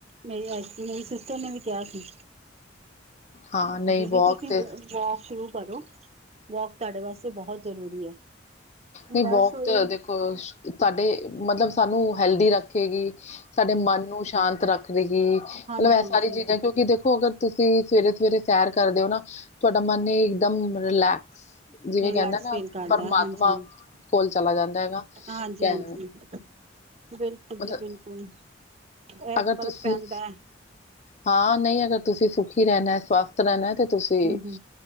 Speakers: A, on the right; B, on the left.
A: ਮੇਰੀ ਐਤਕੀ ਮੇਰੀ ਸਿਸਟਰ ਨੇ ਵੀ ਕਿਹਾ ਸੀ।
B: ਹਾਂ ਨਹੀਂ
A: ਦੀਦੀ
B: ਵੋਕ
A: ਤੁਸੀਂ
B: ਤੇ
A: ਵੋਕ ਸ਼ੁਰੂ ਕਰੋ, ਵੋਕ ਤੁਹਾਡੇ ਵਾਸਤੇ ਬਹੁਤ ਜ਼ਰੂਰੀ ਹੈ।
B: ਨਹੀਂ
A: ਬਸ
B: ਵੋਕ
A: ਉਹੀ
B: ਤੇ ਇਹ ਦੇਖੋ ਤਾਡੇ ਮਤਲਬ ਸਾਨੂੰ ਹੈਲਦੀ ਰੱਖੇਗੀ। ਸਾਡੇ ਮਨ ਨੂੰ ਸ਼ਾਂਤ ਰੱਖ ਦੇਗੀ ਮਤਲੱਬ
A: ਹਾਂਜੀ
B: ਇਹ
A: ਹਾਂਜੀ
B: ਸਾਰੀ ਚੀਜ਼ਾਂ ਕਿਉਂਕਿ ਦੇਖੋ ਅਗਰ ਤੁਸੀਂ ਸਵੇਰੇ ਸਵੇਰੇ ਸੈਰ ਕਰਦੇ ਹੋ ਨਾ ਤੁਹਾਡਾ ਮਨ ਹੀ ਇੱਕਦਮ ਰਿਲੈਕਸ ਜਿਵੇਂ
A: ਰਿਲੈਕਸ
B: ਕਹਿੰਦਾ ਨਾ
A: ਫੀਲ ਕਰਦਾ
B: ਪਰਮਾਤਮਾ
A: ਹੈ ਹਾਂਜੀ
B: ਕੋਲ ਚਲਾ ਜਾਂਦਾ ਹੈਗਾ
A: ਹਾਂਜੀ
B: ਕਹਿ
A: ਹਾਂਜੀ ਬਿਲਕੁਲ ਜੀ
B: ਮਤਲਬ
A: ਬਿਲਕੁਲ ਐਸ
B: ਅਗਰ
A: ਫਰਕ
B: ਤੁਸੀਂ
A: ਪੈਂਦਾ ਹੈ।
B: ਹਾਂ, ਨਹੀਂ ਅਗਰ ਤੁਸੀਂ ਸੁਖੀ ਰਹਿਣਾ ਸਵਥ ਸਵਸਥ ਰਹਿਣਾ ਤੁਸੀਂ
A: ਹਮ ਹਮ